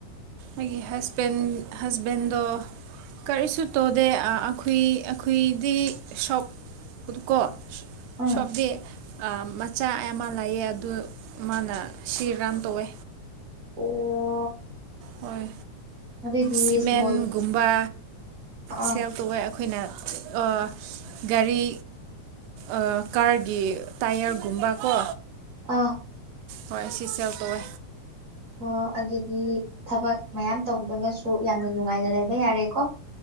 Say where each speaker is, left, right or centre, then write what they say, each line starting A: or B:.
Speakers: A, on the right; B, on the right.
A: ꯑꯩꯒꯤ ꯍꯁꯕꯦꯟ ꯍꯁꯕꯦꯟꯗꯣ ꯀꯔꯤꯁꯨ ꯇꯣꯗꯦ ꯑ ꯑꯩꯈꯣꯏ ꯑꯩꯈꯣꯢꯗꯤ ꯁꯣꯕ ꯀꯣ
B: ꯎꯝ
A: ꯁꯣꯕꯗꯦ ꯑ ꯃꯆꯥ ꯑꯃ ꯂꯩꯌꯦ ꯑꯗꯨ ꯃꯥꯅ ꯁꯤ ꯔꯥꯟ ꯇꯧꯋꯦ
B: ꯑꯣ
A: ꯍꯣꯏ
B: ꯑꯗꯨꯏꯗꯤ
A: ꯁꯤꯃꯦꯟꯒꯨꯝꯕ
B: ꯏꯁꯃꯣꯜ ꯑꯥ
A: ꯁꯦꯜ ꯇꯧꯋꯦ ꯑꯩꯈꯣꯏꯅ ꯑꯥ ꯒꯥꯔꯤ ꯑ ꯀꯥꯔꯒꯤ ꯇꯥꯏꯌꯔꯒꯨꯝꯕ ꯀꯣ
B: ꯑꯥ
A: ꯍꯣꯏ ꯑꯁꯤ ꯁꯦꯜ ꯇꯧꯋꯦ
B: ꯑꯣ ꯑꯗꯨꯗꯤ ꯊꯕꯛ ꯃꯌꯥꯝ ꯇꯧꯗ꯭ꯔꯒꯁꯨ ꯌꯥꯝꯅ ꯅꯨꯡꯉꯥꯏꯅ ꯂꯩꯕ ꯌꯥꯔꯦꯀꯣ